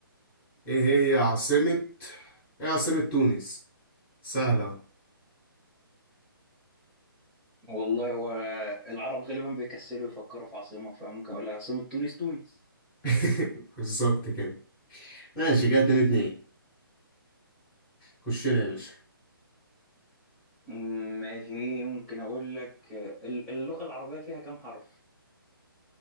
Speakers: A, on the left; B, in the centre.
A: ايه هي عاصمه ايه عاصمه تونس سهله أهو.
B: والله هو العرب غالبا بيكسلوا يفكروا في عاصمة فممكن أقول لك عاصمة تونس تونس
A: <laughs> بالظبط كده ماشي كده اتنين اتنين خش لي يا باشا
B: مم، ماشي ممكن أقول لك آه، ال- اللغة العربية فيها كام حرف؟